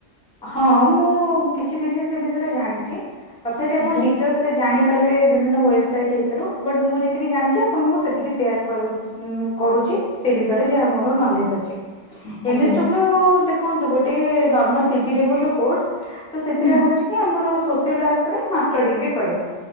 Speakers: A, in the centre; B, on the left.
A: ହଁ ମୁଁ କିଛି କିଛି ସେ ବିଷୟରେ ଜାଣିଛି ତଥାପି ଆପଣ
B: ଆଜ୍ଞା
A: ଡିଟେଲସ ସେ ଜାଣିପାରିବେ ବିଭିନ୍ନ ୱେବସାଇଟ୍ ହେଇକାରୁ ବଟ୍ ମୁଁ ଯେତିକି ଜାଣିଛି ଆପଣଙ୍କୁ ମୁଁ ସେତିକି ସେୟାର କରାଉଛି। କରୁଛି ସେ ବିଷୟରେ ଯାହା ମୋର ନଲେଜ୍ ଅଛି। ଏମ
B: ଆଜ୍ଞା
A: ଏସ୍ ଡବ୍ଲୁ ଦେଖନ୍ତୁ ଗୋଟେ ନର୍ମାଲ ପିଜି ଲେଭେଲ୍ ର କୋର୍ସ। ତ ସେଟା
B: ହୁଁ
A: ହଉଛି କି ଆମର ସୋସିଆଲ ୱାର୍କରେ ମାଷ୍ଟର ଡିଗ୍ରୀ କରିବ।